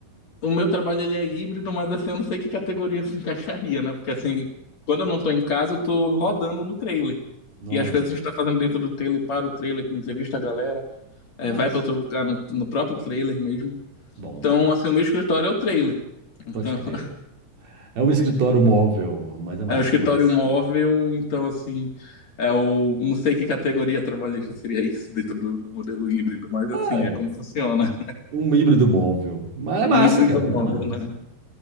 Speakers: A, on the left (about 45°); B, on the right (about 70°).
A: o meu trabalho ele é híbrido, mas assim, eu não sei que categoria se encaixaria, né? Porque assim, quando eu não tô em casa, eu tô rodando no trailer.
B: Nossa,
A: E as coisas a gente tá fazendo dentro do trailer, para o trailer, entrevista a galera, é,
B: mas,
A: vai para outro lugar no, no próprio trailer mesmo.
B: bom,
A: Então,
B: bom, bom.
A: assim, o meu escritório é o trailer. Então,
B: pode crer.
A: <laughs>
B: É um escritório móvel, mas é massa,
A: é o escritório
B: massa.
A: móvel, então, assim, é o. Não sei que categoria trabalhista seria isso dentro do, do modelo híbrido, mas assim,
B: Ah,
A: é como funciona.
B: um híbrido móvel. Mas é
A: Um
B: massa,
A: híbrido
B: cara,
A: móvel,
B: mas é massa.
A: né?